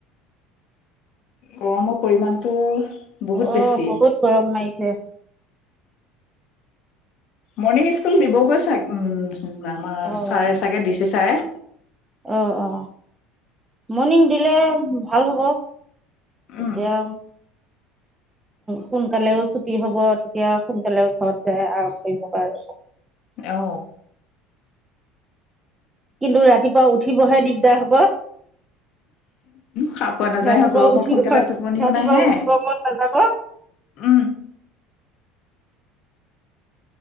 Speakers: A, on the left (about 60°); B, on the right (about 15°).
A: গৰমৰ পৰিমাণটো! বহুত
B: অ'
A: বেছি
B: বহুত গৰম মাৰিছে <unintelligible>
A: মৰ্ণিং স্কুল দিবগৈ চাগে উ আমাৰ
B: অ'
A: ছাৰে চাগে ডি চি ছাৰে
B: অ অ মৰ্ণিং দিলে ভাল হ'ব
A: উম
B: এতিয়া সোনকালেও ছুটি হব তেতিয়া সোনকালেও ঘৰত যাই আৰাম কৰিব পৰা যাব।
A: অ
B: কিন্তু ৰাতিপুৱা উঠিবহে দিগদাৰ হব।
A: শাৰ পোৱা নাযায়
B: ৰাতিপুৱা
A: গৰমত
B: উঠিব
A: সোনকালে টোপনিও
B: ৰাতিপুৱা
A: নাহে।
B: উঠিব মন নাযাব
A: উম'।